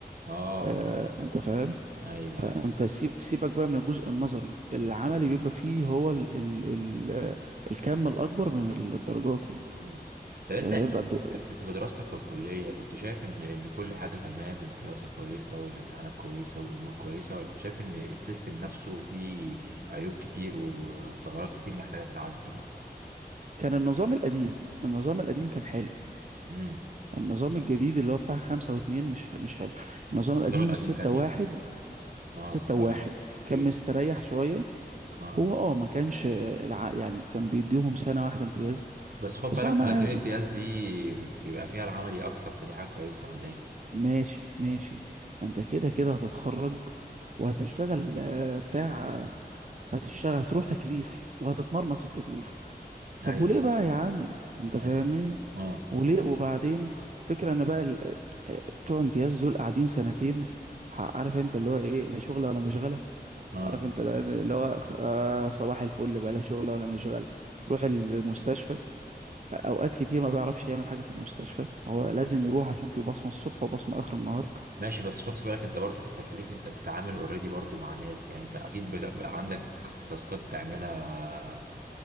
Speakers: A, on the right (about 60°); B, on the right (about 45°).
A: اه
B: آه، انت فاهم
A: ايوه
B: فانت
A: ايوه
B: سيب سيبك بقى من الجزء النظري العملي بيبقى فيه هو ال ال ال آه، الكم الاكبر من الدرجات يعني
A: مم. طب انت
B: آه،
A: يعني
B: بيبقى الدو-
A: انت في دراستك في الكلية كنت شايف ان ان كل حاجة تمام الدراسة كويسة والامتحانات كويسة والامور كويسة ولا كنت شايف ان السيستم نفسه فيه عيوب كتير وثغرات كتير محتاجة تتعدل ايه؟
B: كان النظام القديم النظام القديم كان حلو
A: امم
B: النظام الجديد اللي هو بتاع خمسة واتنين مش مش حلو النظام القديم
A: الزمن القديم
B: الستة
A: كان
B: واحد
A: ايه؟ اه
B: ستة
A: الصراحة
B: واحد كان
A: اوكي.
B: مستريح شوية
A: اه
B: هو اه ما كانش آه، الع... يعني كانوا بيديهم سنة واحدة امتياز
A: بس خد بالك
B: بس يا عم
A: سنتين
B: عادي
A: الامتياز دي بيبقى فيها العملي اكتر فدي حاجة كويسة ولا ايه؟
B: ماشي ماشي ما انت كده كده هتتخرج وهتشتغل آه، بتاع آه، هتشتغل هتروح تكليف وهتتمرمط في التكليف طب
A: ايوه
B: وليه
A: صح
B: بقى يا عم انت فاهمني
A: أيوه. اه
B: وليه وبعدين فكرة انا بقى ال- آه، بتوع امتياز دول قاعدين سنتين ح- عارف انت اللي هو ايه لا شغلة ولا مشغلة
A: اه
B: عارف انت اللي هو آه، صباح الفل بقى لا شغلة ولا مشغلة روح المستشفى اوقات كتير ما بيعرفش يعمل حاجة في المستشفى هو لازم يروح عشان في بصمة الصبح وبصمة اخر النهار
A: ماشي بس خد في بالك انت برضو في التكاليف انت بتتعامل اوريدي برضو مع ناس يعني انت اكيد بتبقى عندك تاسكات تعملها